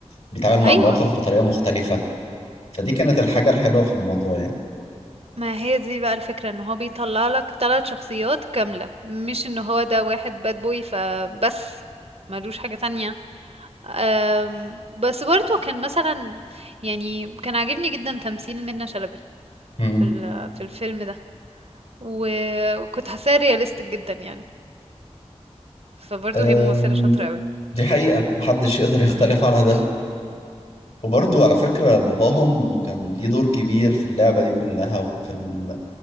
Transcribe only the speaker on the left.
بيتعامل مع
المواقف بطريقة مختلفة فدي كانت الحاجة الحلوة في الموضوع يعني
مم.
أم،
دي حقيقة محدش يقدر
يختلف على ده وبرضو على فكرة باباهم كان ليه دور كبير في اللعبة دي كلها وفي ال...